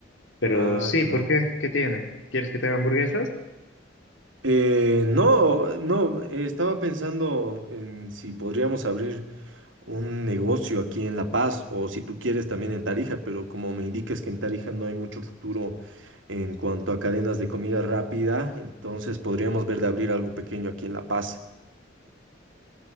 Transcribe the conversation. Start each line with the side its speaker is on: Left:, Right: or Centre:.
Left: Pero
Right: Ah,
Left: sí,
Right: claro.
Left: ¿por qué? ¿Qué tiene? ¿Quieres que te haga hamburguesas?
Right: Eh, no, no, eh, estaba pensando en si podríamos abrir un negocio aquí en La Paz o si tú quieres también en Tarija, pero como me indicas que en Tarija no hay mucho futuro en cuanto a cadenas de comida rápida, entonces podríamos ver de abrir algo pequeño aquí en La Paz.